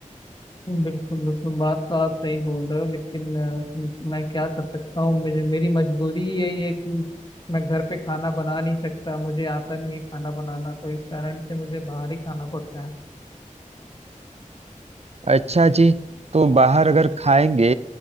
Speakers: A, on the left; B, on the right.
A: बिल्कुल बिल्कुल बात तो आप सही बोल रहे हो लेकिन अ, मैं क्या कर सकता हूँ मुझे मेरी मजबूरी यही है कि मैं घर पे खाना बना नहीं सकता मुझे आता नहीं है खाना बनाना तो इस कारण से मुझे बाहर ही खाना पड़ता है
B: अच्छा जी तो बाहर अगर खाएंगे